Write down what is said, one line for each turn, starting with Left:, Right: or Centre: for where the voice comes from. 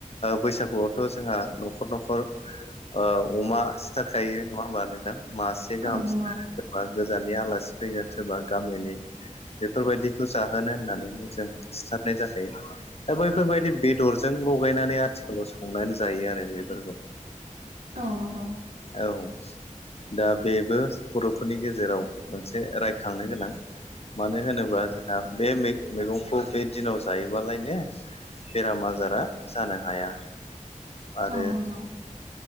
Left: बैसागुआवथ' जोंहा न'खर न'खर ओ अमा सिथारखायो नङा होमबा नोंथां? मासे गाहाम
Right: औ नंगौ
Left: सिथारो सोरबा गोजाननि आलासि फैगोन सोरबा गामिनि बेफोरबायदिखौ जाहोनो होननानैनो जों सिथारनाय जाखायो। दा बैफोरबायदि बेदरजों लगायनानै आथिखालाव संनानै जायो आरो बेफोरखौ।
Right: औ नंगौ।
Left: औ दा बेबो बर'फोरनि गेजेराव मोनसे रायखांनो गोनां। मानो होनोबा जोंहा बे मैगंखौ बे दिनाव जायोबालाय नो बेराम आजारा जानो हाया। आरो
Right: औ नंगौ।